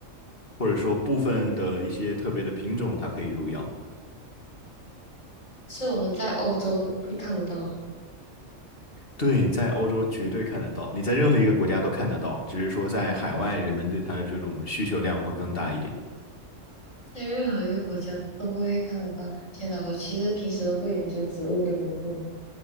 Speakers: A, on the left; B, on the left.
A: 或者说部分的一些特别的品种它可以入药。
B: 是我们在欧洲会看得到的，
A: 对，在欧洲绝对看得到，你在任何一个国家都看得到，只是说在海外人们对它的这种需求量会更大一点。
B: 在任何一个国家都会看得到。天哪，我其实平时都不研究植物的名字，